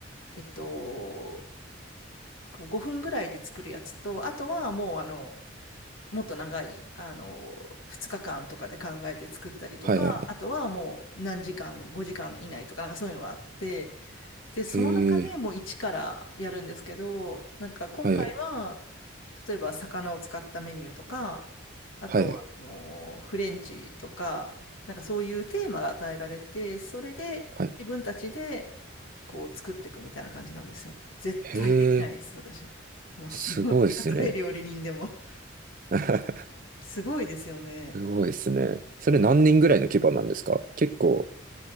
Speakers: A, on the left; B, on the right.
A: えっと、こう5分ぐらいで作るやつと、あとはもう、あの、もっと長い、あの、2日間とかで考えて作ったりとか、
B: はいはい。
A: あとはもう何時間、5時間以内とか、なんかそういうのがあって、で、その中でもう一からやるんですけど、
B: へえ。
A: なんか今回は、
B: はいはい。
A: 例えば魚を使ったメニューとか、あとは、
B: はいはい。
A: あの、フレンチとか、なんかそういうテーマが与えられて、それで自分たちで
B: はい
A: こう作っていくみたいな感じなんですよ。絶対できないです、
B: へえ。
A: 私。もう、<laughs>
B: すごいですね。
A: たとえ料理人でも。
B: <laughs>
A: <laughs> すごいですよね。
B: すごいですね。それ何人ぐらいの規模なんですか結構、
A: うん。